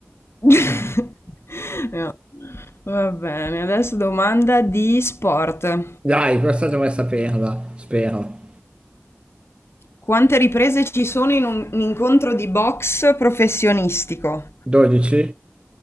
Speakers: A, on the left; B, on the right.
A: <laughs> No. Va bene, adesso domanda di sport.
B: Dai, questa dovrei saperla, spero.
A: Quante riprese ci sono in un, un incontro di box professionistico?
B: 12?